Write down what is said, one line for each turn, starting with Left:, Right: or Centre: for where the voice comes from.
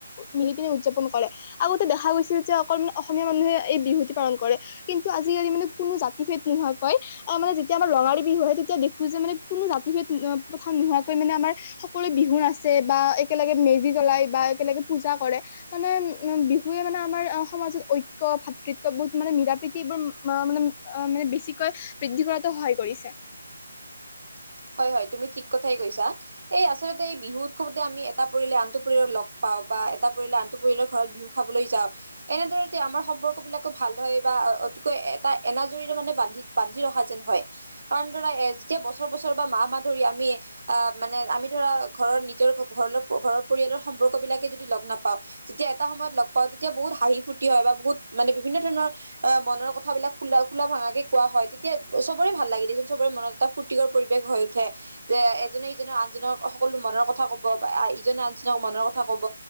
Left: মিলি পিনে উদযাপন কৰে। আগতে দেখা গৈছিল যে অকল অসমীয়া মানুহে এই বিহুটি পালন কৰে। কিন্তু আজি কালি মানে কোনো জাতি ভেদ নোহোৱাকৈ আহ মানে যেতিয়া আমাৰ ৰঙালী বিহু হয়ে তেতিয়া দেখো যে মানে কোনো জাতি ভেদ প্ৰথা নোহোৱাকৈ মানে আমাৰ সকলোৱে বিহু আছে বা একেলগে মেজি জ্বলাই বা বা একেলগে পূজা কৰে। মানে উম বিহুৱে মানে আমাৰ সমাজত ঐক্য ভাতৃত্ববোধ মানে মিলা প্ৰীতিবোৰ মা মানে মানে বেছিকৈ বৃদ্ধি কৰাতো সহায় কৰিছে।
Right: <inaudible> হয় হয় তুমি ঠিক কথাই কৈছা। এই আচলতে এই বিহু উৎসৱতে আমি এটা পৰিয়ালে আনটো পৰিয়ালক লগ পাওঁ বা এটা পৰিয়ালে আনটো পৰিয়ালৰ ঘৰত বিহু খাবলৈ যাও এনেদৰে আমাৰ সম্পৰ্ক বিলাকো ভাল হয় বা অতিকৈ এটা এনাজৰিৰে মানে বান্ধি বান্ধি ৰখা যেন হয় কাৰণ ধৰা এ যেতিয়া বছৰ বছৰ বা মাহ মাহ ধৰি আমি আহ মানে আমি ধৰা ঘৰৰ নিজৰ ঘৰ ঘৰৰ পৰিয়ালৰ সম্পৰ্ক বিলাকে যদি লগ নাপাওঁ। যেতিয়া এটা সময়ত লগ পাওঁ তেতিয়া বহুত হাঁহি ফূৰ্তি হয় বা বহুত মানে বিভিন্ন ধৰণৰ অ মনৰ কথাবিলাক খোলা খোলা ভাঙাকে কোৱা হয় তেতিয়া চবৰে ভাল লাগিল দেচোন চবৰে মনত এটা ফুৰ্তি পৰিৱেশ হৈ উঠে। যে এজনে সিজনৰ আনজনক সকলো মনৰ কথা কব বা ইজনে আনজনক মনৰ ক কথা কব